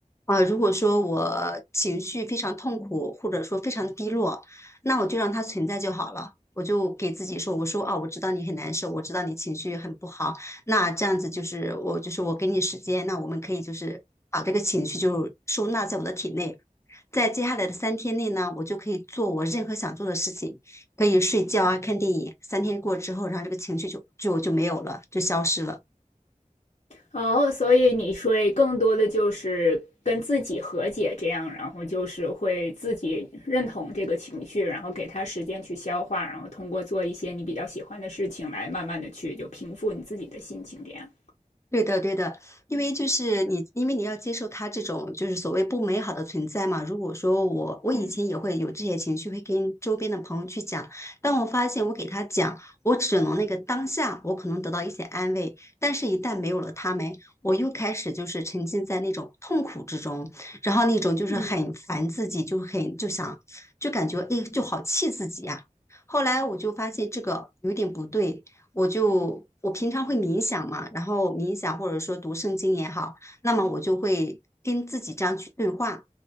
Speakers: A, on the left (about 20°); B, on the left (about 55°).
A: 啊，如果说我情绪非常痛苦，或者说非常低落，那我就让它存在就好了。我就给自己说，我说啊，我知道你很难受，我知道你情绪很不好，那这样子就是我就是我给你时间，那我们可以就是把这个情绪就收纳在我的体内，在接下来的三天内呢，我就可以做我任何想做的事情，可以睡觉啊，看电影。三天过之后，然后这个情绪就就就没有了，就消失了。
B: 哦，所以你会更多的就是跟自己和解，这样，然后就是会自己认同这个情绪，然后给他时间去消化，然后通过做一些你比较喜欢的事情来慢慢的去就平复你自己的心情，这样。
A: 对的，对的，因为就是你，因为你要接受他这种就是所谓不美好的存在嘛。如果说我，我以前也会有这些情绪，
B: 嗯
A: 会跟周边的朋友去讲。当我发现我给他讲，我只能那个当下，我可能得到一些安慰，但是一旦没有了他们，我又开始就是沉浸在那种痛苦之中，然后那种就是很烦自己，
B: 嗯
A: 就很就想就感觉哎，就好气自己呀、后来我就发现这个有点不对，我就我平常会冥想嘛，然后冥想或者说读圣经也好，那么我就会跟自己这样去对话，